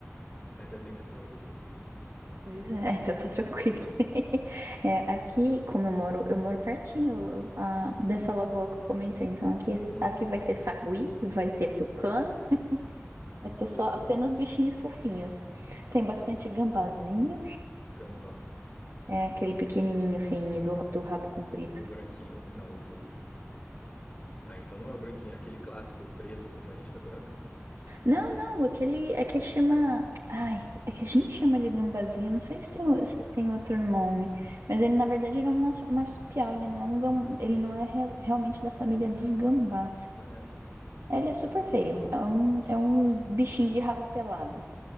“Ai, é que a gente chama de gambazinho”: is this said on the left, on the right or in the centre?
Right